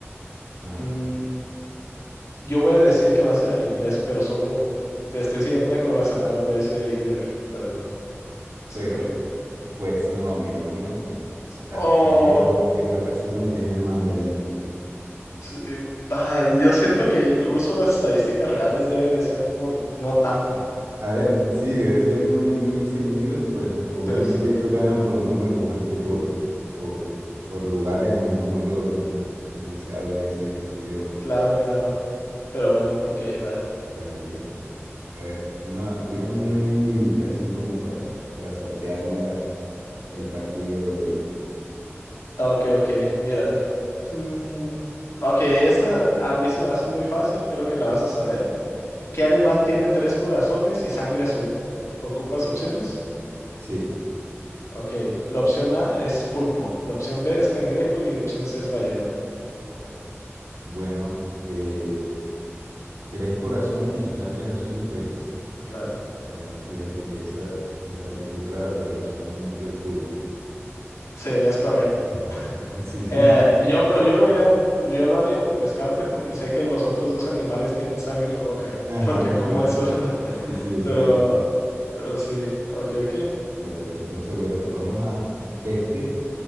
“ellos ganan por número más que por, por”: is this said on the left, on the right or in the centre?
Right